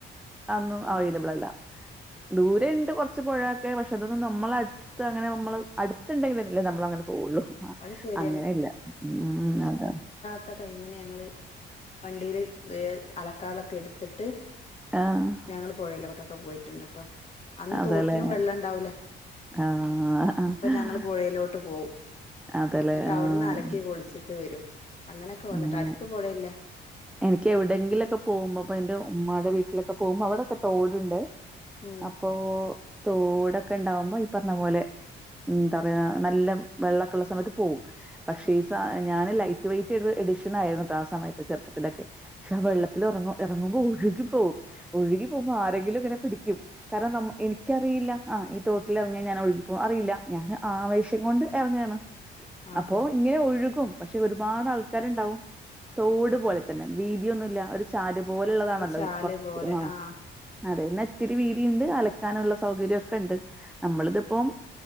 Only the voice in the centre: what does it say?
അതൊന്നും
അവൈലബിൾ അല്ല ദൂരെ ഉണ്ട് കുറച്ച് പുഴൊക്കെ പക്ഷെ അതൊന്ന് നമ്മളടു ത്ത് അങ്ങനെ നമ്മള് അടുത്തുണ്ടെങ്കിലല്ലേ നമ്മള്ക്ക് അങ്ങനെ പോകുള്ളു ആ
അങ്ങനില്ല ഉം അത്
ആഹ്
അതെല്ലേ
ആഹ്
അതേല്ലേ.
ആഹ്.
ആഹ്.
എനിക്ക് എവിടെയങ്കിലൊക്കെ പോകുമ്പോ ഇപ്പോ എന്റെ ഉമ്മായുടെ വീട്ടിലൊക്കെ പോകുമ്പോ അവിടൊക്കെ തോടുണ്ട്
അപ്പൊ തോടൊക്കെ ഇണ്ടാവുമ്പോ ഈ പറഞ്ഞ പോലെ എന്താ പറയാ നല്ല വെള്ളമൊക്കെ ഉള്ള സമയത്ത് പോവും പക്ഷേ
ഈ സ ഞാന് ലൈറ്റ് വെയിറ്റ് എഡിഷൻ ആയിരുന്നു കേട്ട് ആഹ് സമയത്ത് ചെറുപ്പത്തിലൊക്കെ പക്ഷെ ആഹ് വെള്ളത്തിൽ
ഇറങ്ങ് ഇറങ്ങുമ്പോൾ ഒഴുകി പോകും ഒഴുകി പോകുമ്പോ ആരെങ്കിലും ഇങ്ങനെ പിടിക്കും കാരണം ന എനിക്കറിയില്ല ആഹ് ഈ തോട്ടിലിറങ്ങിയാ ഞാൻ ഒഴുകിപ്പോകും അറിയില്ല ഞാൻ ആവേശം കൊണ്ട് ഇറങ്ങുവാണ്
അപ്പോ ഇങ്ങനെ ഒഴുകും പക്ഷെ ഒരുപാട് ആൾക്കാരുണ്ടാവും തോട്
പോലെ വീതിയൊന്നുമില്ല ഒരു ചാല് പോലുള്ളതാണല്ലോ
കൊറച്ച്
ആഹ്
അതെ ഇന്ന ഇത്തിരി വീതി ഉണ്ട് അലക്കാനുള്ള സൗകര്യം ഒക്കെ ഉണ്ട് നമ്മളിതിപ്പോം